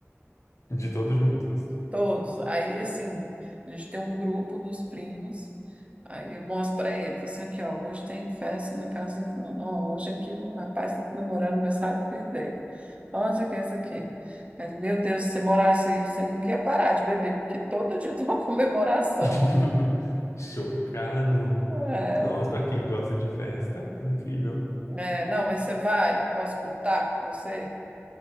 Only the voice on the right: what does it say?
Todos. Aí, assim, a gente tem um grupo dos primos. Aí eu mostro para ele, falo assim aqui, ó, hoje tem festa na casa do fulano. Ó, hoje aqui o rapaz está comemorando o aniversário do filho dele. Onde é que é isso aqui? Mas, meu Deus, se você morasse aí, você nunca ia parar de beber, porque todo dia <laughs> tem uma comemoração.
É,
é, não, mas você vai? Posso contar com você?